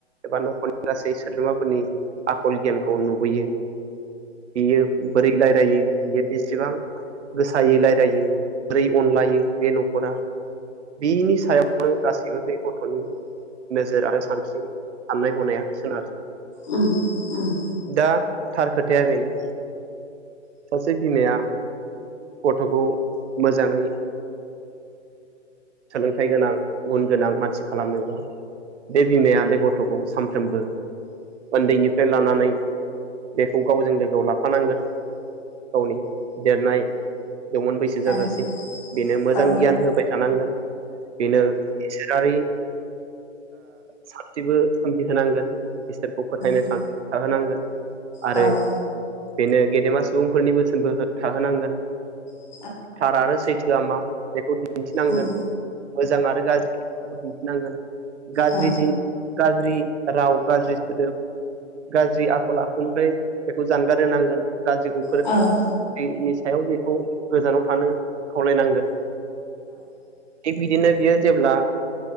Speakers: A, on the right (about 70°); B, on the left (about 40°).
A: एबा न'खरनि गासै सोद्रोमाफोरनि आखल गियानखौ नुबोयो बियो बोरै रायलायो बियो बेसेबां गोसायै रायलायो बोरै अनलायो बे न'खरा बिनि सायावनो गासैबो बे गथ'नि नोजोर आरो सानस्रि साननाय हनाया सोनारो
B: उम उम
A: दा थार खोथाया बेनो सासे बिमाया गथ'खौ मोजाङै सोलोंथाइ गोनां गुन गोनां मानसि खालामनोबा बे बिमाया बे गथ'खौ सानफ्रोमबो उन्दैनिफ्राय लानानै बेखौ गावजों लोगोआव लाफानांगोन। गावनि देरनाय जौमोन बैसो जाजासिम
B: औ औ
A: बेनो
B: औ
A: मोजां गियान होबाय थानांगोन। बेनो इसोरारि सानथिबो सोमजिहोनांगोन इसोरखौ फोथायनो
B: औ
A: सानस्रि थाहोनांगोन आरो
B: औ
A: बेनो गेदेमा सुबुंफोरनि बोसोनबो थाहोनांगोन।
B: औ
A: थार आरो सैथोआ मा बेखौ दिन्थिनांगोन
B: उम
A: मोजां आरो गाज्रिखौ दिन्थिनांगोन। गाज्रि
B: औ
A: गाज्रि राव गाज्रि सोदोब गाज्रि आखल आखुनिफ्राय बेखौ जानगार होनांगोन गाज्रिखौ फो
B: आङो
A: गाज्रिनि सायाव बेखौ गोजानाव थानो खावलायनांगोन। थिग बिदिनो बियो जेब्ला